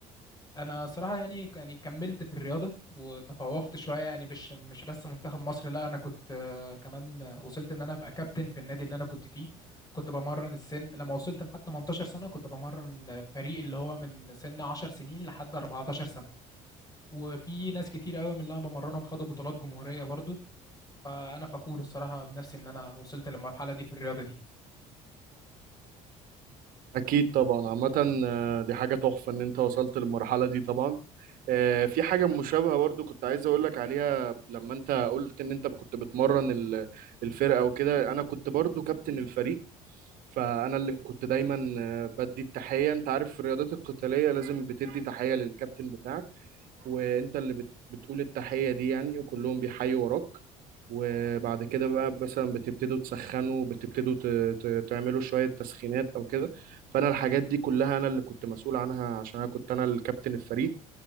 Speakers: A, on the left; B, on the right.
A: انا صراحه يعني يعني كملت في الرياضه وتفوقت شويه يعني مش مش بس منتخب مصر لا انا كنت آه، كمان وصلت ان انا ابقى كابتن في النادي اللي انا كنت فيه كنت بمرن السن لما وصلت لحد 18 سنه كنت بمرن فريق اللي هو من سن 10 سنين لحد 14 سنه وفي ناس كتير قوي من اللي انا بمرنهم خدوا بطولات جمهوريه برضو فانا فخور الصراحه بنفسي ان انا وصلت للمرحله دي في الرياضه دي
B: أكيد طبعا عامة آه، دي حاجة تحفة إن أنت وصلت للمرحلة دي طبعا آه، في حاجة مشابهة برضو كنت عايز أقولك عليها لما أنت قلت إن أنت كنت بتمرن ال- الفرقة وكده أنا كنت برضو كابتن الفريق فأنا اللي كنت دايما آه، بدي التحية أنت عارف في الرياضات القتالية لازم بتدي تحية للكابتن بتاعك وانت اللي بت... بتقول التحية دي يعني وكلهم بيحيوا وراك وبعد كده بقى مثلا بتبتدوا تسخنوا بتبتدوا ت... ت... تعملوا شوية تسخينات او كده فانا الحاجات دي كلها انا اللي كنت مسؤول عنها عشان انا كنت انا الكابتن الفريق